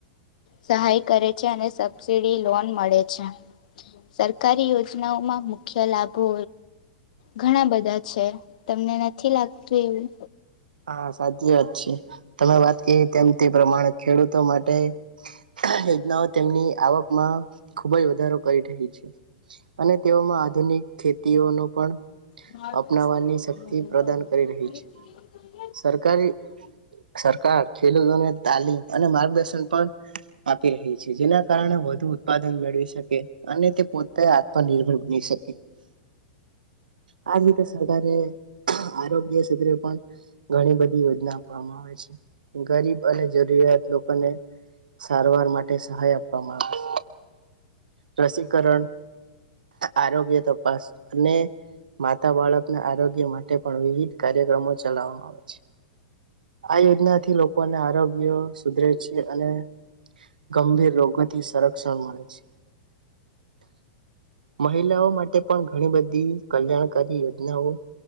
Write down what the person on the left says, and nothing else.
સહાય કરે છે અને સબ સીડી લોન મળે છે, સરકારી યોજનાઓમાં મુખ્ય લાભો ઘણા બધા છે, તમને નથી લાગતું એવું?
મા
એમા
<unintelligible>
વેલકમ
<unintelligible>